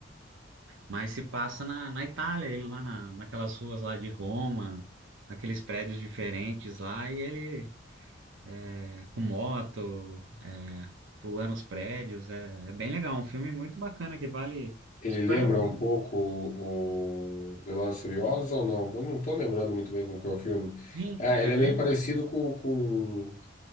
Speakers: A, on the right (about 80°); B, on the left (about 45°).
A: Mas se passa na, na Itália, ele lá na, naquelas ruas lá de Roma, naqueles prédios diferentes lá, e ele é, com moto, é, pulando os prédios, é, é bem legal, um filme muito bacana que vale
B: Ele
A: super
B: lembra
A: a pena.
B: um pouco o, o Velozes e Furiosos ou não? Eu não tô lembrando muito bem como que é o filme.
A: Sim,
B: Ah,
A: é,
B: ele é
A: lembra?
B: meio parecido com, com